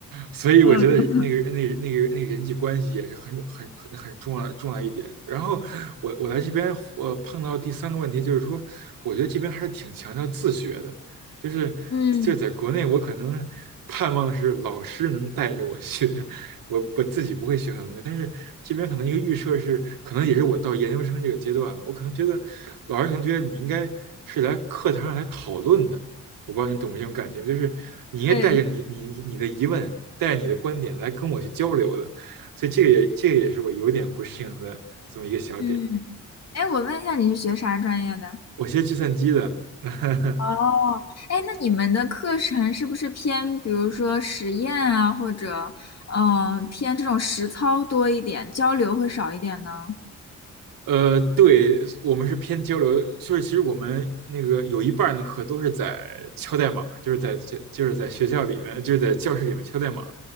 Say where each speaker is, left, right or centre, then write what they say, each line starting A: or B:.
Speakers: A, on the right; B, on the left.
A: 所以我觉得那个那个那个那个人际关系也是很很很很重要重要一点。
B: 嗯，
A: 然后我我来这边我碰到第三个问题就是说，我觉得这边还是挺强调自学的，就是就是在国内我可能盼望的是老师能带着我学，
B: 嗯，
A: 我我自己不会学很多东西，但是这边可能一个预设是，可能也是我到研究生这个阶段了，我可能觉得老师可能觉得你应该是来课堂上来讨论的。我不知道你懂不懂这种感觉就是你应该带着你你你你的疑问，
B: 对，
A: 带着你的观点来跟我去交流的，所以这个也这个也是我有点不适应的这么一个小点。
B: 嗯，哎，我问一下，你是学啥专业的？
A: 我学计算机的，<laughs> 呵呵
B: 哦，哎，那你们的课程是不是偏，比如说实验啊，或者嗯、呃偏这种实操多一点，交流会少一点呢？
A: 呃，对，我们是偏交流，就是其实我们那个有一半儿的课都是在敲代码，就是在就就是在学校里面，就是在教室里面敲代码，